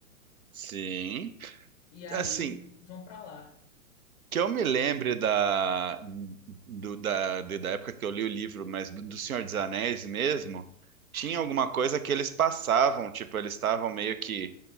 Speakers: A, on the right (about 75°); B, on the left (about 30°).
A: Sim.
B: e aí
A: Assim,
B: eles vão pra lá.
A: Que eu me lembre da, do- da, de- da época que eu li o livro, mas do, do Senhor dos Anéis mesmo, tinha alguma coisa que eles passavam, tipo, eles estavam meio que